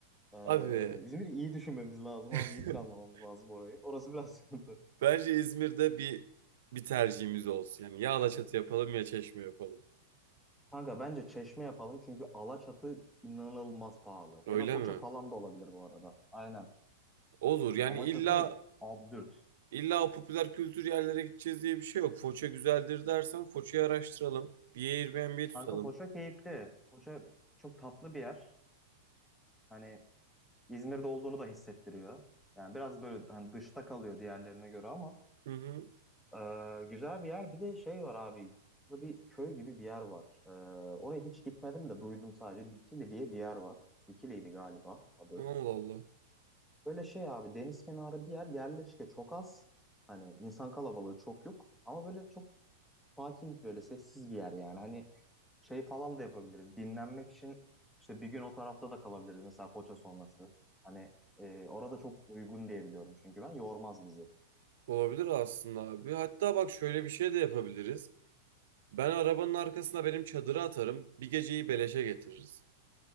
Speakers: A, in the centre; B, on the right.
A: e,
B: Abi
A: İzmir'i iyi düşünmemiz lazım
B: <laughs>
A: abi. iyi planlamamız lazım orayı. Orası biraz sıkıntı.
B: bence İzmir'de bir bir tercihimiz olsun. Yani ya Alaçatı yapalım ya Çeşme yapalım.
A: Kanka bence Çeşme yapalım çünkü Alaçatı inanılmaz pahalı.
B: Öyle
A: Ya da Foça
B: mi?
A: falan da olabilir bu arada. Aynen.
B: Olur. Yani
A: Alaçatı
B: illa
A: absürt.
B: İlla o popüler kültür yerlere gideceğiz diye bir şey yok. Foça güzeldir dersen Foça'yı araştıralım. Bir Airbnb tutalım.
A: Kanka Foça keyifli. Foça çok tatlı bir yer. Hani İzmir'de olduğunu da hissettiriyor. Yani biraz böyle hani dışta kalıyor diğerlerine göre ama
B: Hı hı.
A: eee, güzel bir yer. Bir de şey var abi. Burada bir köy gibi bir yer var. Eee oraya hiç gitmedim de duydum sadece. Dikili diye bir yer var. Dikili'ydi galiba adı.
B: Allah Allah.
A: Böyle şey abi deniz kenarı bir yer yerleşke çok az. Hani insan kalabalığı çok yok. Ama böyle çok sakin böyle sessiz bir yer yani. Hani şey falan da yapabiliriz. Dinlenmek için işte bir gün o tarafta da kalabiliriz. Mesela Foça sonrası. Hani e, orada çok uygun diye biliyorum çünkü ben. Yormaz bizi.
B: Olabilir aslında abi. Hatta bak şöyle bir şey de yapabiliriz. Ben arabanın arkasına benim çadırı atarım. Bir geceyi beleşe getiririz.